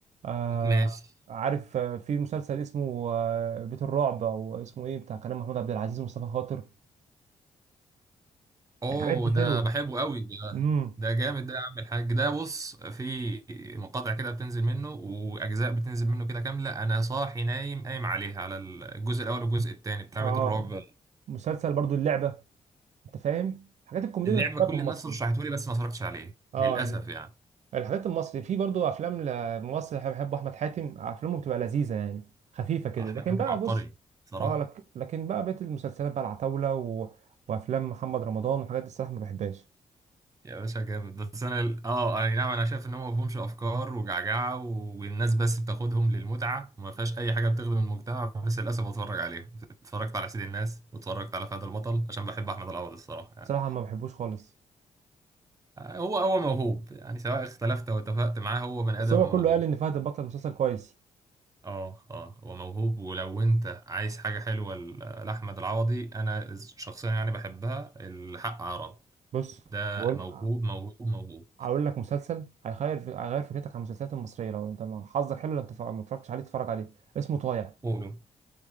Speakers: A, on the right (about 65°); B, on the right (about 25°).
A: آه،
B: ماشي
A: عارف آه، في مسلسل اسمه آه، بيت الرعب او اسمه ايه بتاع كريم محمود عبد العزيز ومصطفى خاطر
B: اوه
A: الحاجات دي
B: ده
A: حلوه
B: بحبه قوي ده
A: امم
B: ده جامد ده يا عم الحاج ده بص في مقاطع كده بتنزل منه واجزاء بتنزل منه كده كامله انا صاحي نايم قايم عليها على الجزء الاول والجزء الثاني بتاع
A: اه
B: بيت الرعب
A: مسلسل برضو اللعبه انت فاهم الحاجات الكوميديه
B: اللعبه
A: اللي بحبها
B: كل
A: في المصري
B: الناس رشحته لي بس ما اتفرجتش عليه
A: اه
B: للاسف
A: يعني
B: يعني
A: الحاجات المصري في برضو افلام لممثل بحب بحبه احمد حاتم افلامه بتبقى لذيذه يعني خفيفه كده
B: احمد
A: لكن
B: حاتم
A: بقى
B: عبقري
A: بص
B: صراحه
A: اه لك لكن بقى بقيه المسلسلات بقى العتاوله و... وافلام محمد رمضان والحاجات دي الصراحه ما بحبهاش
B: يا باشا جامد بس انا ال- اه اي نعم انا شايف ان هو ما فيهمش افكار وجعجعه والناس بس بتاخدهم للمتعه وما فيهاش اي حاجه بتخدم المجتمع بس للاسف بتفرج عليهم اتفرجت على سيد الناس واتفرجت على فهد البطل عشان بحب احمد العوضي الصراحه يعني
A: صراحه ما بحبوش خالص
B: هو هو موهوب يعني سواء اختلفت او اتفقت معاه هو بني
A: بس
B: ادم
A: هو
B: موهوب
A: كله قال ان فهد البطل مسلسل كويس
B: اه اه هو موهوب ولو انت عايز حاجه حلوه ل- لاحمد العوضي انا شخصيا يعني بحبها الحق عرب
A: بص
B: ده
A: هقول
B: موهوب موهوب موهوب
A: اقول لك مسلسل هيغير هيغير فكرتك عن المسلسلات المصريه لو انت ما- حظك حلو لو انت ف- ما اتفرجتش عليه اتفرج عليه اسمه طايع
B: قولوا